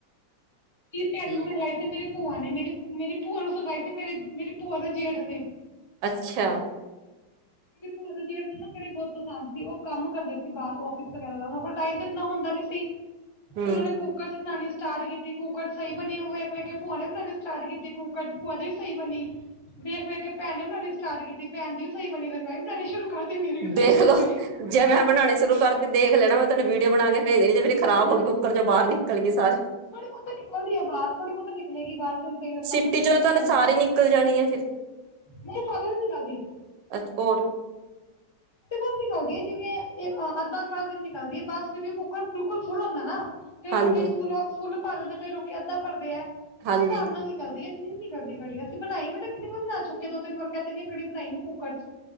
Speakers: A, on the left; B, on the right.
A: ਕੀ ਤੁਹਾਨੂੰ
B: ਠੀਕ
A: ਸਿਖਲਾਈ ਤੇ ਮੇਰੇ ਭੂਆ ਨੇ ਮੇਰੀ ਮੇਰੀ ਭੂਆ ਨੂੰ ਸਿਖਾਈ ਸੀ ਮੇਰੇ ਮੇਰੀ ਭੂਆ ਦੇ ਜੇਠ ਨੇ
B: ਅੱਛਾ।
A: ਮੇਰੀ ਭੂਆ ਦੇ ਜੇਠ ਕੜੀ ਬਹੁਤ ਪਸੰਦ ਸੀ ਉਹ ਕੰਮ ਕਰਦੇ ਸੀ ਬਾਹਰ ਆਫਿਸ ਵਗੈਰਾ ਦਾ ਉਹਨਾਂ ਕੋਲ ਟਾਈਮ ਤੇ ਇਨਾ ਹੁੰਦਾ ਨੀ ਸੀ।
B: ਹਮ
A: ਤੇ ਉਹਨਾਂ ਨੇ ਕੁੱਕਰ ਚ ਬਣਾਉਣੀ ਸਟਾਰਟ ਕੀਤੀ ਕੁੱਕਰ ਸਹੀ ਬਣੀ ਵੇਖ ਵੇਖ ਕੇ ਭੂਆ ਨੇ ਬਣਾਉਣੀ ਸਟਾਰਟ ਕੀਤੀ ਕੁੱਕਰ ਚ ਭੂਆ ਦੀ ਵੀ ਸਹੀ ਬਣੀ ਵੇਖ ਵੇਖ ਕੇ ਭੈਣ ਨੇ ਬਣਾਉਣੀ ਸਟਾਰਟ ਕੀਤੀ ਭੈਣ ਦੀ ਵੀ ਸਹੀ ਮੈਂ ਵੀ ਬਣਾਣੀ ਸ਼ੁਰੂ ਕਰਤੀ ਮੇਰੀ ਵੀ ਸਹੀ
B: ਦੇਖਲੋ
A: ਬਣ ਗਈ
B: ਜੇ ਮੈਂ ਬਣਾਉਣੇ ਸ਼ੁਰੂ ਕਰਤੀ ਦੇਖ ਲੈਣਾ ਮੈਂ ਤੁਹਾਨੂੰ ਵੀਡੀਓ ਬਣਾ ਕੇ ਭੇਜ ਦੇਣੀ ਜੇ ਮੇਰੀ ਖਰਾਬ ਹੋ ਗਈ ਉਪਰ ਚੋਂ ਬਾਹਰ ਨਿਕਲ ਗਏ ਸਾਰੇ
A: ਥੋੜੇ ਬਹੁਤ ਨਲਦੀ ਆ ਬਾਹਰ ਥੋੜੀ ਬਹੁਤ ਨਿਕਲੇਗੀ ਬਾਹਰ ਸਸਰੀ
B: ਸਿੱਟੀ
A: ਬਹੁਤ
B: ਚੋਂ
A: ਹੀ
B: ਤੁਹਾਨੂੰ
A: ਨਿਕਲਦੀ
B: ਸਾਰੀ
A: ਹੈ
B: ਨਿਕਲ ਜਾਣੀ ਹੈ ਫਿਰ
A: ਨਹੀਂ ਸਾਡੇ ਨਿਕਲਦੀ
B: ਐਚ ਕੋਰ
A: ਥੋੜੀ ਬਹੁਤ ਨਿਕਲਦੀ ਹੈ ਜਿਵੇਂ ਅੱਧਾ ਗਲਾਸ ਦੀ ਨਿਕਲਦੀ ਬਸ ਕਿਉਂਕਿ ਕੁੱਕਰ ਬਿਲਕੁਲ ਫੁੱਲ ਹੁੰਦਾ ਨਾ ਕਈ
B: ਹਾਂਜੀ
A: ਲੋਕੀ ਪੂਰਾ ਫੁੱਲ ਭਰਦੇ ਨੇ ਕਈ ਲੋਕੀ ਅੱਧਾ ਭਰਦੇ ਆ ਤੇ
B: ਹਾਂਜੀ
A: ਉਸ ਹਿਸਾਬ ਨਾਲ ਚਲਦੀ ਸਿਮ ਨੀ ਕਰਦੀ ਕੜੀ ਅਸੀਂ ਬਣਾਈ ਮੈਂ ਕਿੰਨੀ ਵਾਰ ਬਣਾ ਚੁੱਕਿਆ ਦੋ ਤਿੰਨ ਕਹਿ ਤੇ ਆ ਕੜੀ ਬਣਾਈ ਮੈਂ ਕੁਕਰ ਚ